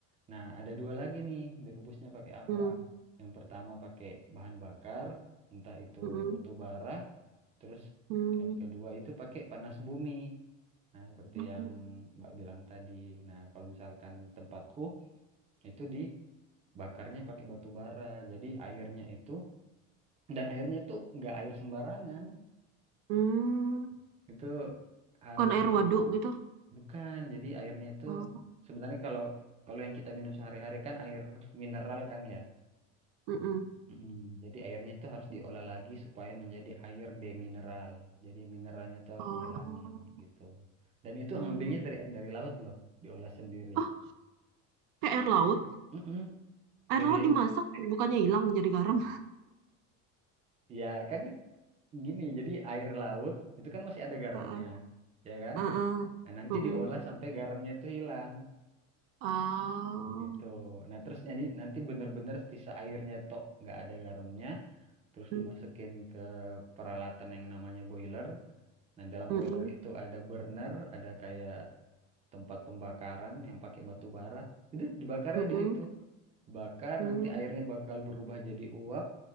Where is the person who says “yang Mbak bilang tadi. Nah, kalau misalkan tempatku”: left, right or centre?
Right